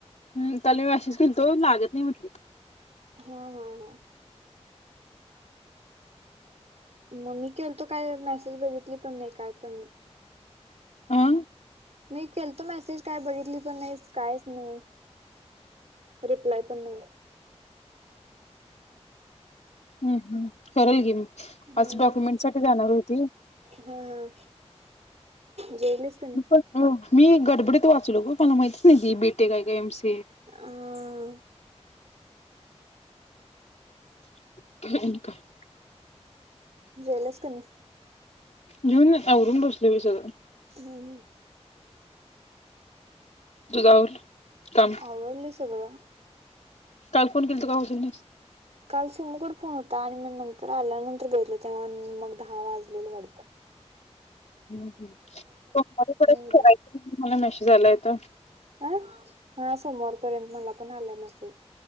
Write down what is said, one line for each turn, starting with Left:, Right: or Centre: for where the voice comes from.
Left: हम. काल मी अशीच केलतो लागत नाही म्हटल.
Right: हा हा हा. मग मी केलतो काय मेसेज बघितली पन नाही. काय पन नाही.
Left: अं?
Right: मी केलतो मेसेज काय बघितली पण नाही, कायच नाही. रिप्लाय पण नाही.
Left: हम्म हम्म करेल की.
Right: हम्म
Left: आज डॉक्युमेंट साठी जाणार होती,
Right: हा हा जेवलीस का नाही
Left: पण मी गडबडीत वाचलो ग. मला माहीतच नाही ती बी टे क हाय काय एम सी
Right: अं?
Left: <unintelligible>
Right: जेवलीस काय नाही?
Left: जेवून आवरून बसलोय बग सगळ.
Right: हम्म
Left: तुझ आवरलं? काम
Right: आवरलय सगळं.
Left: काल फोन केलतो का उचलली नाहीस?
Right: काल सोमुकड फोन होता. आणि मी नंतर आल्यानंतर बघितलं तेव्हा मग दहा वाजलेलं वाटत. <inaudible>
Left: हम् हम सोमवार पर्यंत
Right: उद्या
Left: खेळायच मला मॅसेज आलाय इथ.
Right: ह हा सोमवारपर्यंत मला पण आलाय मेसेज.